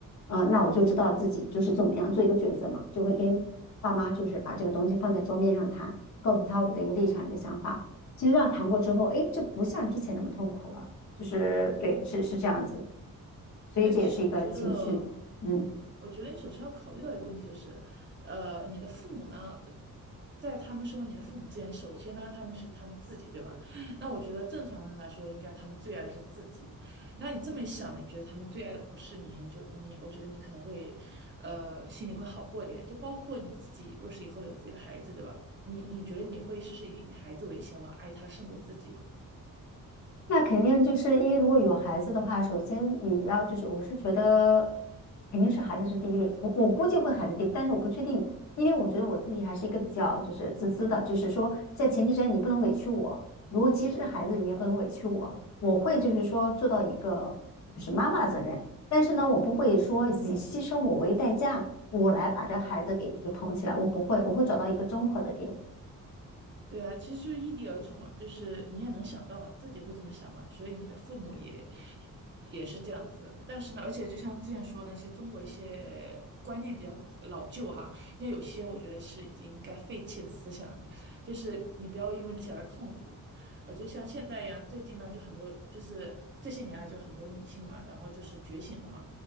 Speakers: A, on the left; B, on the right.
A: 嗯、那我就知道自己就是怎么样做一个抉择嘛，就会跟爸妈就是把这个东西放在桌面上谈，告诉他我的一个立场、一个想法。其实这样谈过之后，哎，就不像之前那么痛苦了。就是对，是是这样子，所以这也是一个情绪，
B: 对，其实我觉得，
A: 嗯。
B: 嗯，我觉得你首先要考虑到一个问题，就是，呃，你的父母呢，在他们身为你的父母之前，首先呢，他们是他们自己，对吧？那我觉得正常人来说，应该他们最爱的是自己。那你这么一想呢，你觉得他们最爱的不是你，你就你，我觉得你可能会，呃，心里会好过一点。就包括你自己，若是以后有自己的孩子，对吧？你你觉得你会事事以你孩子为先吗？爱他胜过自己吗？
A: 那肯定就是因为如果有孩子的话，首先你要就是，我是觉得肯定是孩子是第一位，我我估计会孩子第一位但是我不确定，因为我觉得我自己还是一个比较就是自私的，就是说在前提之下你不能委屈我，如果即使是孩子你也不能委屈我，我会就是说做到一个就是妈妈的责任，但是呢，我不会说以牺牲我为代价，我来把这孩子给给捧起来，我不会，我会找到一个综合的点，
B: 对啊，其实就是异地而处嘛，就是你也能想到嘛，自己会这么想嘛，所以你的父母也也是这样子。但是呢，而且就像之前说的那些中国一些观念比较老旧哈，那有些我觉得是已经该废弃的思想了，就是你不要因为那些而痛苦。呃，就像现在一样，最近呢就很多，就是这些年来就很多女性嘛，然后就是觉醒了嘛，